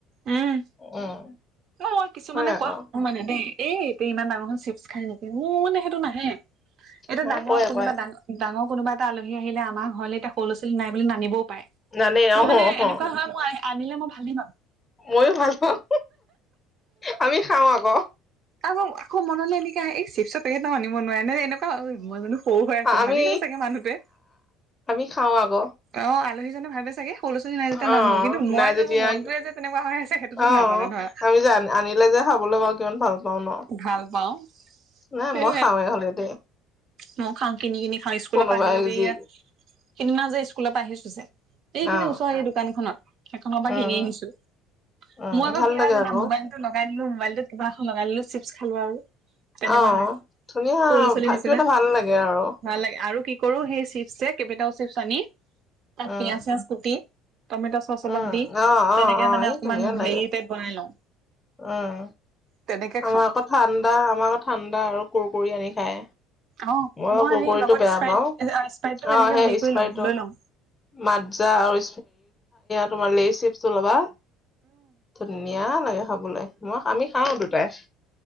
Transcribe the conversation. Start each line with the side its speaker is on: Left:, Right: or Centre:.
Right: উম,
Left: উম
Right: মই কিছুমানে
Left: হয় আকৌ
Right: কোৱা শুনো মানে দেই। এই এতিয়া ইমান ডাঙৰখন চিপছ খাই নেকি মোৰ মানে সেইটো নাহে। এতিয়া
Left: নাই
Right: ডাঙৰ
Left: কয়
Right: কোনোবা
Left: কয়
Right: ডাঙৰ ডাঙৰ কোনোবা এটা আলহী আহিলে আমাৰ ঘৰ এতিয়া সৰু লৰা-ছোৱালী নাই বুলি নানিবও পাৰে।
Left: জানেই
Right: মই
Left: অহ
Right: মানে
Left: অহ
Right: এনেকুৱা হয় মই আনিলে মই ভালেই পাওঁ।
Left: মইয়ো ভাল পাওঁ, আমি খাও আকৌ।
Right: আকৌ আকৌ মনলৈ এনেকে এই চিপছৰ পেকেট এটাও আনিব নোৱাৰে নে এনেকে। অ, মই মানে সৰু হৈ আছো
Left: আমি
Right: ভাবিছো চাগে মানুহটোৱে।
Left: আমি খাওঁ আকৌ
Right: অ, আলহীজনে ভাবে চাগে। সৰু লৰা-ছোৱালী নাই যেতিয়া,
Left: অ
Right: নানো কিন্তু মই
Left: নাই যেতিয়া
Right: যে মোৰ মনটোৱে যে তেনেকুৱা হৈ আছে সেইটোতো
Left: অ
Right: নাজানে ধৰা।
Left: আমি যে আনিলে যে খাবলে পাও, কিমান ভাল পাওঁ ন।
Right: ভাল পাওঁ।
Left: নাই মই
Right: এ
Left: খাওঁৱে হ'লে দেই
Right: মই খাওঁ, কিনি-কিনি খাওঁ, স্কুলৰ
Left: কোনোবাই
Right: পৰা আহিলো সেইয়া
Left: যি
Right: সেইদিনা যে স্কুলৰ পৰা আহিছো যে, এইখিনি
Left: অ
Right: ওচৰৰ এই দোকানখনত সেইখনৰ পৰা
Left: উম
Right: কিনি আনিছো। মই
Left: উম
Right: আকৌ
Left: ভাল
Right: কি
Left: লাগে
Right: হয় জনা
Left: আকৌ
Right: মোবাইল লগাই দিলো মোবাইলটোত কিবা এখন লগাই দিলো চিপছ খালো আৰু। তেনেকুৱা
Left: অ,
Right: হয়
Left: ধুনীয়া
Right: সৰু ল'ৰা ছোৱালীৰ নিচিনা
Left: কিবা এটা ভাল লাগে আৰু।
Right: ভাল লাগে। আৰু কি কৰো সেই চিপ কেইবাটাও চিপছ আনি, তাতে
Left: উম
Right: পিয়াজ চিয়াজ কুটি, টমেট চচ
Left: উম
Right: অলপ দি
Left: অ অ
Right: তেনেকে
Left: অ
Right: মানে
Left: এই
Right: অকমান
Left: ধুনীয়া লাগে
Right: হেৰি টাইপ বনাই লওঁ।
Left: উম,
Right: তেনেকে খাওঁ
Left: আমাৰ আকৌ ঠাণ্ডা আমাৰ আকৌ ঠাণ্ডা আৰু কুৰকুৰি আনি খায়।
Right: অ
Left: মই কুৰকুৰিটো
Right: সেই লগত
Left: বেয়া
Right: স্প্ৰাইট
Left: পাওঁ। অ,
Right: স্প্ৰাইটটো এনেকে
Left: সেই
Right: হেৰি কৰি
Left: স্পাইৰটো।
Right: লওঁ লৈ লওঁ
Left: মাদ্জা আৰু তোমাৰ লেইছ চিপছটো ল'বা, ধুনীয়া লাগে খাবলে মই আমি খাও দুটাই।